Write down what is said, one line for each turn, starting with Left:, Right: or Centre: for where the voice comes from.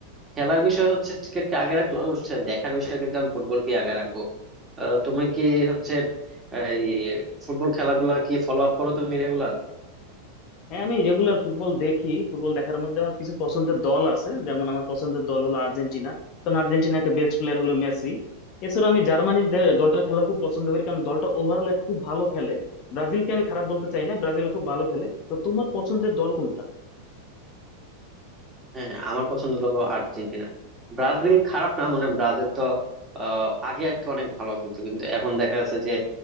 Right: খেলার বিষয় হচ্ছে ক্রিকেটকে আগে রাখলো হচ্ছে দেখার বিষয় কিন্তু আমি ফুটবলকে আগে রাখবো আহ তুমি কি হচ্ছে এই ফুটবল খেলাগুলা কি ফলো আপ করো তুমি রেগুলার
Left: হ্যাঁ আমি রেগুলার ফুটবল দেখি ফুটবল দেখার মধ্যে আমার কিছু পছন্দের দল আছে যেমন আমার পছন্দের দল হলো আর্জেন্টিনা কারণ আর্জেন্টিনার একটা বেস্ট প্লেয়ার হলো মেসি এছাড়া আমি জার্মানির দে- দলটার খেলা খুব পছন্দ করি কারণ দলটা ওভারঅল খুব ভালো খেলে ব্রাজিলকে আমি খারাপ বলতে চাই না ব্রাজিলও খুব ভালো খেলে তো তোমার পছন্দের দল কোনটা
Right: হ্যাঁ আমার পছন্দ দল আর্জেন্টিনা ব্রাজিল খারাপ না মানে ব্রাজিল তো আহ, আগে আগে অনেক ভালো খেলতো কিন্তু এখন দেখা যাচ্ছে যে